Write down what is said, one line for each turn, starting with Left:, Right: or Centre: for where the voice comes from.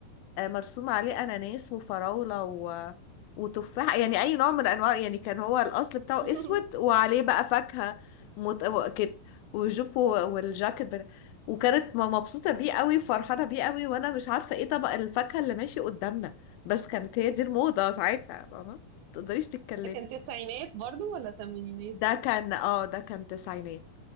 Left: آه، مرسوم عليه اناناس وفراوله و... وتفاح يعني اي نوع من انواع يعني كان هو الاصل بتاعه
Right: <laughs>
Left: اسود وعليه بقى فاكهه مت... و- كده والجوب و- والجاكيت بتا... وكانت ما- مبسوطه بيه قوي فرحانه بيه قوي وانا مش عارفه ايه طبق الفاكهه اللي ماشي قدامنا بس كانت هي دي الموضه ساعتها فاهمه ما تقدريش تتكلمي
Right: ده كان تسعينات برضو ولا تمانينات
Left: ده كان اه ده كان تسعينات